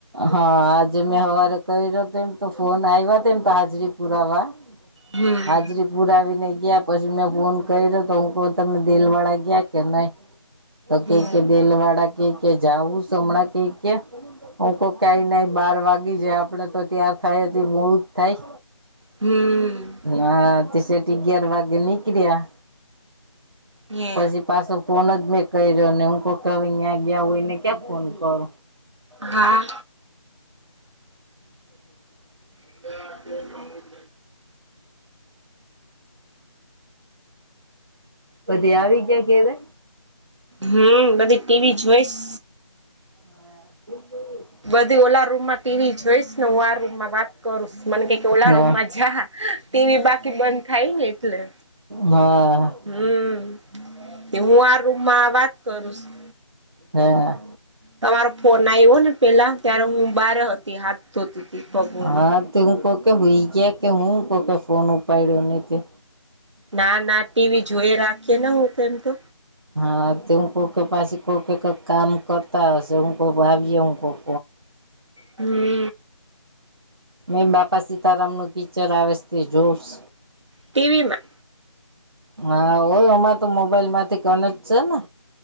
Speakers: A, on the right; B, on the right.
A: હા આજે મેં હવારે કયરો તો ફોન આયવા તેમ તો હાજરી પુરવા
B: હમ
A: હાજરી પુરા આવીને ગયા પછી મેં ફોન કર્યો તો હું કઉં તમે દીલ વાળા ગયા કે નહી. તો કઈ
B: હે
A: કે દેલવાડા કઈ કે જાઉશ હમણાં કઈ કે હું કોક કઈ નાઈ બાર વાગી જાય આપડે તો ત્યાર થાય હતી મોળું જ થાય.
B: હમ્મ.
A: હા તે શેઠ અગિયાર વાગે નીકળ્યા.
B: હે
A: પછી પાછો ફોન જ મેં કર્યો નહી હું કહું કે હવે ન્યા ગયા હોયને ક્યા ફોન કરું.
B: હા.
A: <inaudible>
B: <unintelligible>
A: બધે આવી ગયા ઘેરે
B: હમ્મ બધી ટીવી જોઈશ.
A: હા. <unintelligible>
B: બધી ઓલા રૂમમાં ટીવી જોઈશ ને હું આ રૂમમાં વાત કરું મને કે ઓલા
A: હા
B: રૂમમાં જા ટીવી બાકી બંધ થાય ને એટલે
A: હા.
B: હમ્મ એ હું આ રૂમમાં વાત કરુંશું.
A: હા.
B: તમારો ફોન આવ્યો ને પેલા ત્યારે હું બાર હતી હાથ ધોતી પગો
A: હા તે હું કોકે હો ગયા કે હું કોકે ફોન ઉપાડયો નહીં.
B: ના ના ટીવી જોઈ રાખીએ ને હું એમ તો
A: હા તે હું કોકે પાછી કોઈ કઈક કામ કરતા હશે હું કોઈ આવીય હું કોક
B: હમ્મ
A: મેં બાપા સીતારામ નું પિક્ચર આવેશ તે જોઉંશ.
B: ટીવી માં.
A: હા હોય અમાર તો મોબાઈલ માંથી કનેક્ટ છે ને